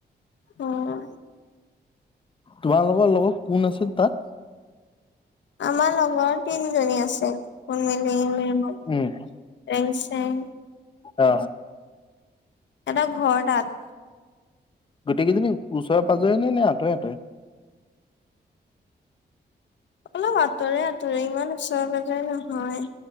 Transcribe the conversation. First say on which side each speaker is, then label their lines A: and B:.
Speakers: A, on the left; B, on the left.
A: অহ।
B: তোমালোকৰ লগ কোন আছিল তাত?
A: আমাৰ লগৰ তিনিজনী আছে। ঊন মেলিং হে সত,
B: উম,
A: ৰেংছেং
B: অ।
A: সেত ঘৰ তাত।
B: গোটেই কেইজনী ওচৰে পাঁজৰে নে, নে আঁতৰে আঁতৰে?
A: অলপ আঁতৰে আঁতৰে ইমান ওচৰে পাজৰে নহয়।